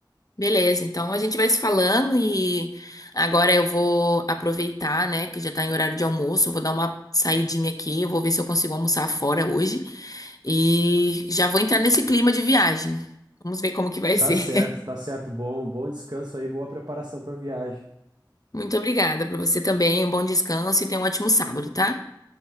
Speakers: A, on the left; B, on the right.
A: Beleza, então a gente vai se falando e agora eu vou aproveitar, né, que já tá em horário de almoço, eu vou dar uma saidinha aqui, eu vou ver se eu consigo almoçar fora hoje e já vou entrar nesse clima de viagem. Vamos ver como que vai
B: Tá
A: ser.
B: certo, tá certo. Bom, bom descanso aí, boa preparação para viagem.
A: <laughs> Muito obrigada para você também, um bom descanso e tenha um ótimo sábado, tá?